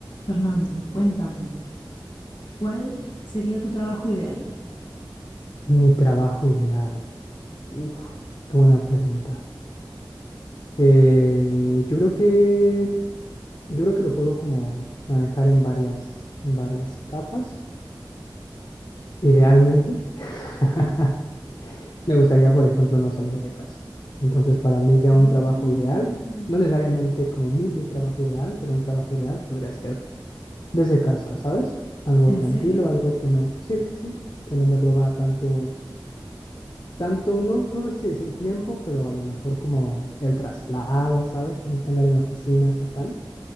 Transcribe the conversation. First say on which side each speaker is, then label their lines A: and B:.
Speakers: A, on the left (about 75°); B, on the left (about 55°).
A: Fernando, cuéntame, ¿cuál sería tu trabajo ideal?
B: Mi trabajo ideal. Uf, qué buena pregunta. Eh, yo creo que, yo creo que lo puedo como manejar en varias, en varias capas. Idealmente, <laughs> me gustaría, por ejemplo, no salir de casa. Entonces, para mí ya
A: Oh,
B: un trabajo ideal, no necesariamente como mi, mi trabajo ideal, pero un trabajo ideal podría ser desde casa, ¿sabes? Algo
A: ¿En
B: tranquilo,
A: serio?
B: algo que no, sí, sí, sí, que no me roba tanto tanto, no, no sé si decir tiempo, pero a lo mejor como el traslado, ¿sabes? Tener que andar en oficinas o tal.